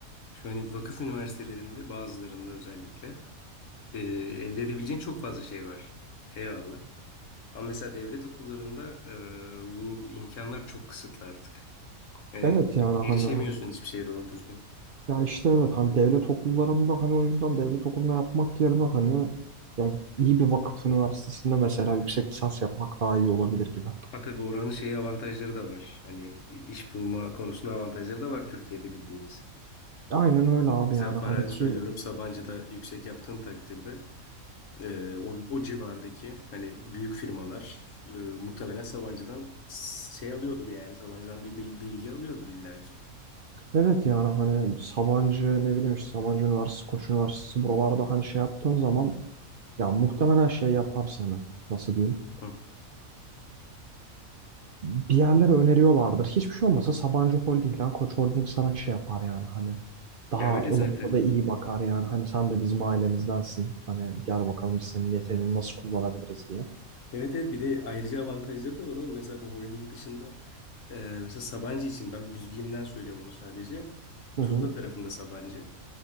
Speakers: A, on the left; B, on the right.
A: Şu hani vakıf üniversitelerinde bazılarında özellikle e, elde edebileceğin çok fazla şey var. Eyvallah. Ama mesela devlet okullarında e, bu imkanlar çok kısıtlı artık. Yani
B: Evet yani hani
A: erişemiyorsun hiçbir şeye doğru düzgün.
B: Ya işte evet hani devlet okullarında hani o yüzden devlet okulunda yapmak yerine hani ya iyi bir vakıf üniversitesinde mesela yüksek lisans yapmak daha iyi olabilir gibi.
A: Ha tabii oranın şeyi avantajları da var. Hani e, iş bulma konusunda avantajları da var Türkiye'de bildiğimiz.
B: Aynen öyle abi
A: Mesela
B: yani
A: farazi
B: hani ki
A: söylüyorum Sabancı'da yüksek yaptığın takdirde e, o, o civardaki hani büyük firmalar e, muhtemelen Sabancı'dan s- şey alıyordur yani Sabancı'dan bir bil- bilgi alıyordur illaki.
B: evet yani hani Sabancı ne bileyim işte Sabancı Üniversitesi, Koç Üniversitesi buralarda hani şey yaptığın zaman ya muhtemelen şey yapar seni. Nasıl diyeyim?
A: Hı.
B: bir yerlere öneriyorlardır. Hiçbir şey olmasa Sabancı Holding lan Koç Holding sana şey yapar yani hani daha
A: Ya öyle
B: ılımlı
A: zaten.
B: ve iyi bakar yani hani sen de bizim ailemizdensin. Hani gel bakalım biz senin yeteneğini nasıl kullanabiliriz diye.
A: Evet evet bir de ayrıca avantajları da var oğlum. Mesela bu holding dışında e, mesela Sabancı için ben bildiğimden söylüyorum onu sadece.
B: Hı
A: Tuzla
B: hı.
A: tarafında Sabancı.